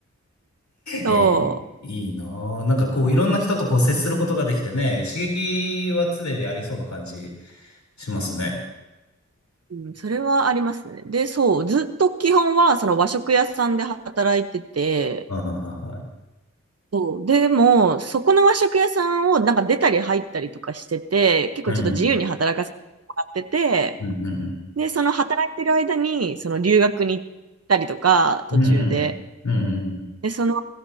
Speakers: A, on the right (about 55°); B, on the left (about 70°).
A: そ
B: えー、いいいなぁ。なんかこう、いろんな人とこう、接することができてね、刺激は常にありそうな感じしますね。
A: う、うん、それはありますね。で、そう、ずっと基本はその和食屋さんで働いてて、
B: はいはいはいはい。
A: そう。でも、そこの和食屋さんをなんか出たり入ったりとかしてて、結構ちょっと自由に働かせてもらってて、
B: うんうん。うんうんう
A: で、その働いてる間に、その留学に行ったりとか、途中で。
B: ん。うんうん。うんうんう
A: で、その、